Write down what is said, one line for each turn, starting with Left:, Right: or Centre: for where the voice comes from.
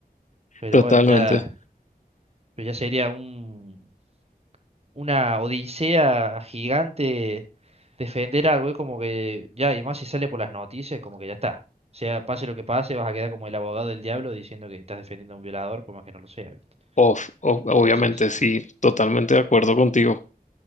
Right: Pero
Left: totalmente.
Right: bueno, ya, pero ya sería un, una odisea gigante defender algo. Es como que ya, y más si sale por las noticias, como que ya está. O sea, pase lo que pase, vas a quedar como el abogado del diablo diciendo que estás defendiendo a un violador, por más que no lo sea, ¿viste?
Left: Of- of-
Right: Entonces,
Left: obviamente, sí, totalmente de acuerdo contigo.